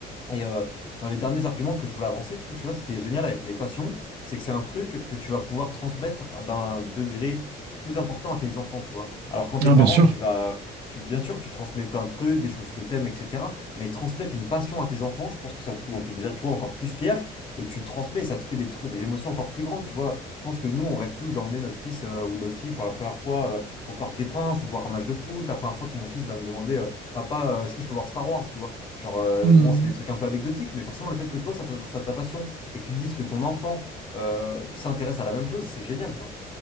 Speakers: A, on the left (about 30°); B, on the right (about 80°).
A: Et euh, dans les derniers arguments que je voulais avancer, je trouve, tu vois, ce qui est génial avec les passions, c'est que c'est un truc que tu vas pouvoir transmettre à- d'un degré plus important à tes enfants, tu vois. Alors quand tes
B: Ah,
A: parents,
B: bien sûr.
A: tu vas, tu, bien sûr, tu transmets plein de trucs, des choses que t'aimes, etc. Mais transmettre une passion à tes enfants, je pense que c'est un truc dont t'es déjà toi encore plus fier et tu le transmets, et ça te fait des trucs, des émotions encore plus grandes, tu vois. Je pense que nous, on rêve tous d'emmener notre fils euh, ou notre fille pour la première fois euh, au Parc des Princes ou voir un match de foot, la première fois que mon fils va me demander, euh, Papa, euh, est-ce que je peux voir Star Wars, tu vois. Genre, euh,
B: Mm.
A: bon, c'est des trucs un peu anecdotiques, mais forcément, le fait que toi, ça, t'a ça t'a passion, et que tu dises que ton enfant euh, s'intéresse à la même chose, c'est génial, tu vois.